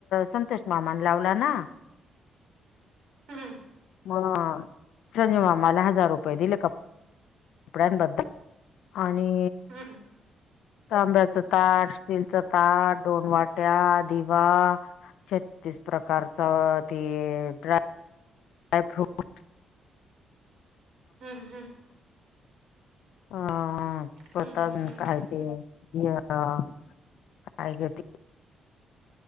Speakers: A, on the left; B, on the right.
A: संतोष मामान लावला ना?
B: हम्म.
A: मग संजय मामाला हजार रुपये दिले <unintelligible> आणि
B: हम्म
A: -तांब्याचं ताट- तिळचं ताट, दोन वाट्या, दिवा छत्तीस प्रकारचा ते- ड्राय फ्रुट.
B: हम्म हम्.
A: ह. परत
B: हम्म हम्म हम्म
A: अजून
B: हम्म
A: कायते? या- काय घेते